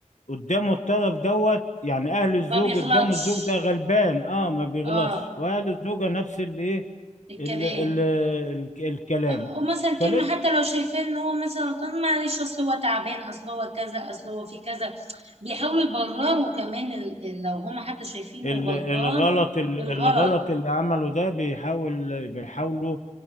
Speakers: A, on the left (about 75°); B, on the right (about 60°).
A: قدامه الطرف دوت يعني أهل الزوج
B: ما بيغلطش
A: قدامه الزوج ده غلبان اه ما بيغلطش
B: اه
A: وأهل الزوجة نفس الإيه
B: الكلام
A: ال- ال- ال- الكلام
B: آه، ومثلا كلمة
A: فلازم
B: حتى لو شايفين ان هو مثلا غلطان معلش اصل هو تعبان اصل هو كذا اصل هو في كذا بيحاولوا يبرروا كمان ال- ال- لو هما حتى شايفينه
A: ال-
B: غلطان
A: الغلط ال-
B: الغلط
A: الغلط اللي عمله ده بيحاول بيحاولوا